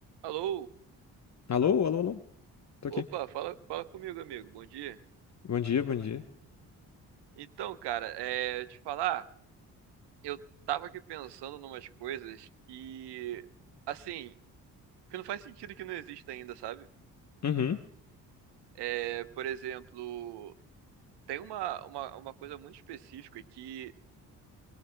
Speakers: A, on the right; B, on the left.
A: Alô?
B: Alô, alô, alô. Tô
A: Opa,
B: aqui.
A: fala, fala comigo, amigo. Bom dia.
B: Bom dia, bom dia.
A: Então, cara, é, te falar, eu tava aqui pensando numas coisas que, assim, que não faz sentido que não exista ainda, sabe?
B: Uhum.
A: É, por exemplo, tem uma, uma, uma coisa muito específica que